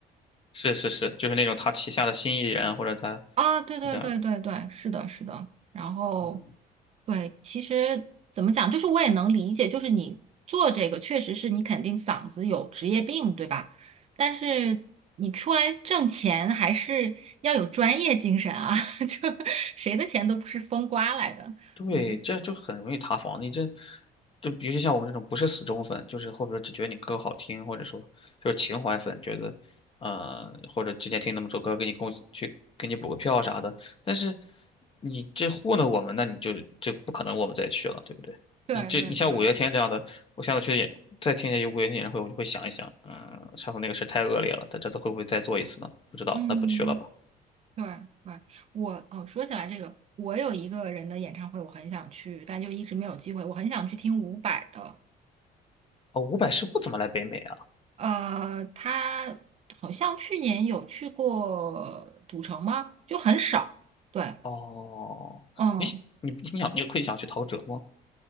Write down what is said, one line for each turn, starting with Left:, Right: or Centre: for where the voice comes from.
Left: 是是是，就是那种他旗下的新艺人或者他
Right: 啊，对对对对对，
Left: 这样，
Right: 是的，是的。然后，
Left: 嗯，
Right: 对，其实怎么讲，就是我也能理解，就是你做这个确实是你肯定嗓子有职业病，对吧？但是你出来挣钱还是要有专业精神啊，<laughs> 就谁的钱都不是风刮来的。
Left: 对，
Right: 嗯，
Left: 这就很容易塌房。你这，就尤其像我们这种不是死忠粉，就是后边只觉得你歌好听，或者说就是情怀粉，觉得，嗯，或者之前听那么首歌，给你贡去给你补个票啥的。但是你这糊弄我们，那你就就不可能我们再去了，对不对？
Right: 对对对，
Left: 你这你像五月天这样的，我下次去演再听一下有五月天演唱会，我就会想一想，嗯，上次那个事太恶劣了，他这次会不会再做一次呢？不知道，
Right: 嗯，
Left: 那不去了吧。
Right: 对对。我哦，说起来这个，我有一个人的演唱会，我很想去，但就一直没有机会。我很想去听伍佰的。
Left: 哦，伍佰是不怎么来北美啊。
Right: 呃，他好像去年有去过赌城吗？就很少。对，
Left: 哦，
Right: 嗯，
Left: 你你你想你会想去陶喆吗？